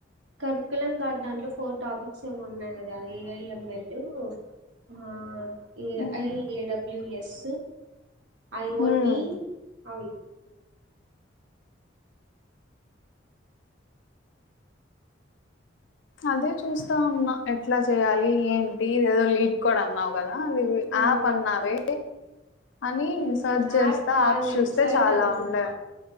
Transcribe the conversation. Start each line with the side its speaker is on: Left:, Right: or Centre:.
Right: కరికులం కాదు దాంట్లో ఫోర్ టాపిక్స్ ఏమో ఉన్నాయి కదా ఏఐఎంఎల్ ఉ ఆ
Left: హ్మ్
Right: ఐఏ ఏ డబ్ల్యూ ఎస్ ఐవోటి
Left: హ్మ్
Right: అది
Left: అదే చూస్తా ఉన్నా ఎట్లా చేయాలి ఏంటి ఇద ఏదో లీడ్ కోడ్ అన్నావు కదా ఆ ఇది
Right: ఉమ్,
Left: ఆ పన్నవే అని
Right: ఉహు
Left: సర్చ్
Right: యాప్
Left: చేస్తా
Right: కాదు
Left: యాప్స్
Right: వెబ్సైట్
Left: చూస్తే చాలా
Right: అనుకున్నా
Left: ఉండే